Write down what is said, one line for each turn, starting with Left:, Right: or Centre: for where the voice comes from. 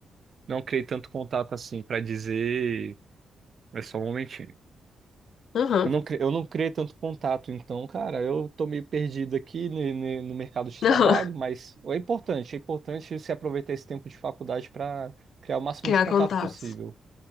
Right: não criei tanto contato assim para dizer. É só um momentinho.
Left: aham,
Right: Eu não, cri- eu não criei tanto contato, então, cara, eu tô meio perdido aqui ne- ne- no, mercado de trabalho,
Left: aham. <laughs>
Right: mas é importante, é importante se aproveitar esse tempo de faculdade para criar o máximo
Left: Criar
Right: de contato
Left: contatos.
Right: possível.